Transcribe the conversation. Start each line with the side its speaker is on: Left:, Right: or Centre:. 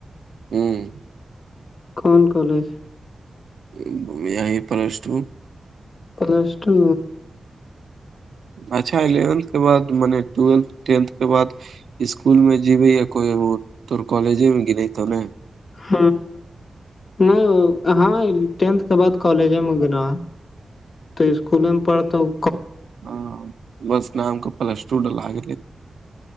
Right: ہوں <unintelligible>
Left: کون کالج
Right: <unintelligible> یہ پرلسو
Left: پلسٹ <unintelligible>
Right: اچھا الیونتھ کے بعد م ٹولتھ ٹینتھ کے بع اسکول میں جیبی یا کوئی وہ ت کالجے میں گنی تو ن
Left: ہ نہیں ہاں ٹینتھ کے بعد کالج میں گنا تو اسکولے میں پڑھتاوں
Right: ہاں بس نام کو پلسٹوڈ لگ